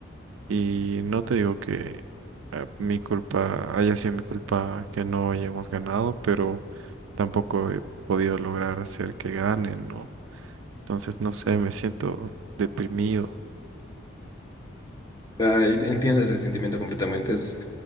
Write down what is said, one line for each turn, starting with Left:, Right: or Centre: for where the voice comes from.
Right: y no te digo que eh, mi culpa haya sido mi culpa que no hayamos ganado, pero tampoco he podido lograr hacer que ganen, ¿no? Entonces, no sé, me siento deprimido.
Left: Ay, entiendo ese sentimiento completamente. Es,